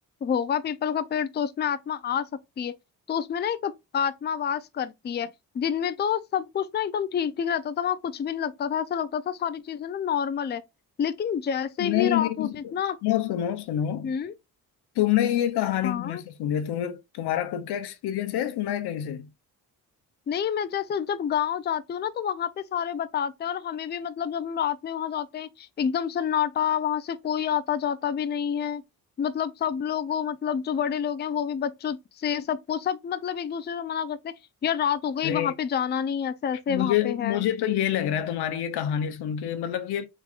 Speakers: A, on the left; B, on the left.
A: होगा पीपल का पेड़ तो उसमें आत्मा आ सकती है तो उसमें ना एक आत्मा वास करती है दिन में तो सब कुछ ना एकदम ठीक ठीक रहता था वहां कुछ भी नहीं लगता था ऐसा लगता था सारी चीजें ना नॉर्मल है लेकिन जैसे
B: नहीं
A: ही रात
B: नहीं
A: होती
B: सुनो
A: थी ना
B: सुनो सुनो
A: हम्म
B: तुमने ये कहानी
A: हाँ
B: कहाँ से सुनी है तुम्हें तुम्हारा खुद का एक्सपीरियंस है सुना है कहीं से
A: नहीं मैं जैसे जब गांव जाती हूँ ना तो वहां पे सारे बताते हैं और हमें भी मतलब जब हम रात में वहां जाते हैं एकदम सन्नाटा वहां से कोई आता जाता भी नहीं है मतलब सब लोग वो मतलब जो बड़े लोग हैं वो भी बच्चों से सबको सब मतलब एक दूसरे से मना करते हैं यार रात हो गई
B: अरे
A: वहां पे जाना नहीं ऐसे ऐसे
B: मुझे
A: वहां पे है
B: मुझे तो ये लग रहा है तुम्हारी ये कहानी सुन के मतलब ये